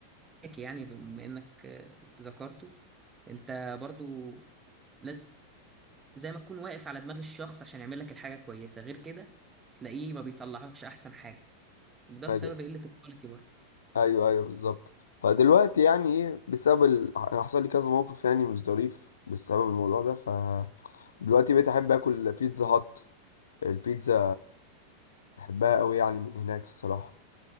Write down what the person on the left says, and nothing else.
ايوه
ايوه ايوه بالظبط فدلوقتي يعني ايه بسبب ال... حصل لي كذا موقف يعني مش ظريف بسبب الموضوع ده ف دلوقتي بقيت احب اكل بيتزا هات البيتزا بحبها قوي يعني من هناك الصراحه